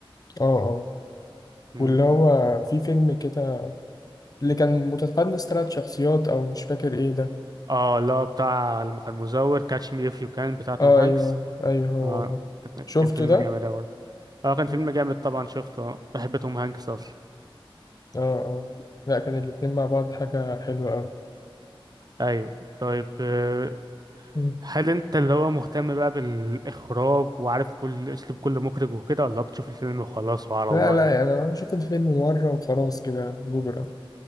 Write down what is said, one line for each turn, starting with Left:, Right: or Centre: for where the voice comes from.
Left: اه اه
Right: ايلاند
Left: واللي هو في فيلم كده اللي كان متقدم ثلاث شخصيات او مش فاكر ايه ده
Right: اه لا بتاع لما كان مزور كاتش مي اف يو كان بتاع توم
Left: اه
Right: هانكس
Left: ايوه ايوه هو
Right: اه
Left: ده شفته
Right: كان فيلم
Left: ده
Right: جامد أوي برضه اه كان
Left: مم.
Right: فيلم جامد طبعا شفته آه، بحب توم هانكس اصلا
Left: اه اه لا كان الاتنين مع بعض حاجة حلوة اوي
Right: ايوه طيب آه،
Left: مم.
Right: هل انت اللي هو مهتم بقى بالاخراج وعارف كل اسلوب كل مخرج وكده ولا بتشوف الفيلم وخلاص وعلى
Left: لا
Right: الله
Left: لا
Right: يعني
Left: يعني انا بشوف الفيلم مرة وخلاص كده جبرا